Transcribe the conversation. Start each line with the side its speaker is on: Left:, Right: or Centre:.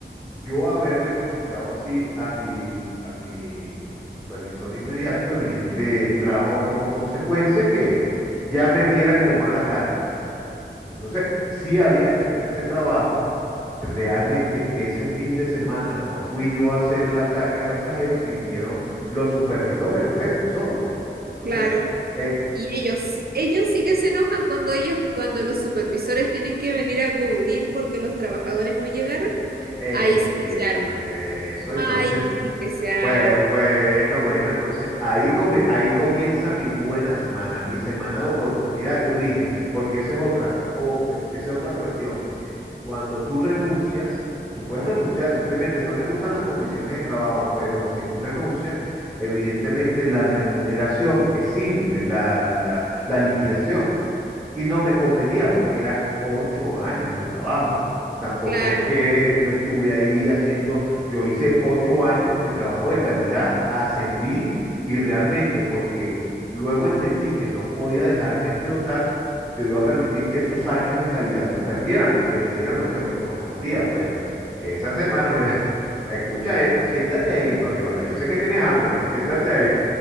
Centre: yo haberle contestado así a mi, a mi supervisor inmediato, evidente, trajo como consecuencia que ya me vieran con mala cara. Entonces, sí había que hacer ese trabajo. Realmente ese fin de semana no fui yo a hacer la carga de los cajeros, si vinieron los supervisores, los jefes solos. Entonces,
Right: claro.
Centre: eh,
Right: Y ellos, ellos sí que se enojan cuando ellos, cuando los supervisores tienen que venir a cubrir porque los trabajadores no llegaron.
Centre: eh,
Right: Ahí sí que
Centre: eh,
Right: se arma.
Centre: eso entonces
Right: Ay, sí que se arma.
Centre: Bue- Bueno, bueno, entonces ahí, come- ahí comienza mi buena semana, mi semana de oportunidad, yo dije, porque esa es otra, o- este, esa es otra cuestión. Cuando tú renuncias, tú puedes renunciar, simplemente no me gustan las condiciones de trabajo, pero si tú renuncias, evidentemente la remuneración es simple, la, la la liquidación. Y no me convenía porque eran ocho años de trabajo. Tampoco
Right: Claro,
Centre: es que yo estuve ahí haciendo, yo hice ocho años de trabajo de calidad, ascendí y realmente porque luego entendí que no podía dejarme explotar, yo iba a permitir que esos años de calidad se perdieran y que me dieran lo que me correspondía. Bueno, esa semana, mira, <laughs> escucha esto, siéntate ahí, Fabiola. Yo sé que tienes hambre, pero siéntate ahí.